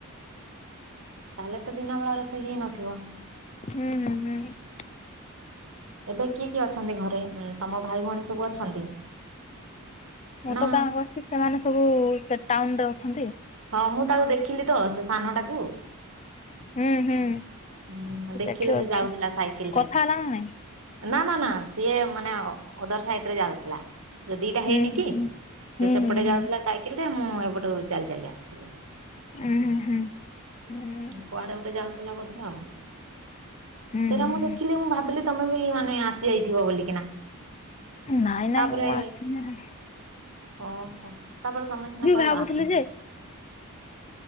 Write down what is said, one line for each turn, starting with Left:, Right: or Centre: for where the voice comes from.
Right: ତାହେଲେ ତ ଦିନ ବେଳା ରୋଷେଇ ହେଇନଥିବ?
Left: ହୁଁ ହୁଁ ହୁଁ
Right: ଏବେ କିଏ କିଏ ଅଛନ୍ତି ଘରେ ତମ ଭାଇ ଭଉଣୀ ସବୁ ଅଛନ୍ତି? ନା
Left: ମୁଁ ତ ଗାଁ ଆସିଛି ସେମାନେ ସବୁ ସେ ଟାଉନରେ ଅଛନ୍ତି।
Right: ହଁ ମୁଁ ତାକୁ ଦେଖିଲି ତ ସେ ସାନଟାକୁ।
Left: ହୁଁ ହୁଁ।
Right: ହୁଁ
Left: ସେ
Right: ଦେଖିଲେ
Left: ସେଠି
Right: ଯେ
Left: ଅଛି
Right: ଯାଉଥିଲା ସାଇକେଲରେ
Left: କଥା ହେଲା ନା ନାଇଁ
Right: ନା ନା ନା ସିଏ ମାନେ। ଓଦର ସାଇଟରେ ଯାଉଥିଲା ଯେ ଦିଟା
Left: ହୁଁ
Right: ହେଇନି କି
Left: ହୁଁ
Right: ସେ ସେପଟେ
Left: ହୁଁ।
Right: ଯାଉଥିଲା। ସାଇକେଲରେ ମୁଁ ଏପଟୁ ଚାଲି ଚାଲି ଆସୁଥିଲି।
Left: ଉଁ ଉଁ ହୁଁ। ହୁଁ
Right: କୁଆଡେ ଗୋଟେ ଯାଉଥିଲା ବୋଧେ ଆଉ
Left: ହୁଁ
Right: ସେଟା
Left: ହୁଁ
Right: ମୁଁ
Left: ହୁଁ।
Right: ଦେଖିଲି ମୁଁ ଭାବିଲି। ତମେ ବି ମାନେ ଆସିଯାଇଥିବ ବୋଲିକିନା
Left: ନାଇଁ
Right: ତାପରେ
Left: ନାଇଁ ମୁଁ ଆସିଛିି।
Right: ଓହୋ ତା, ପରେ ତମେ ସିନା କହିଲ
Left: ଭାବୁଥିଲି
Right: ଆସନି।
Left: ଯେ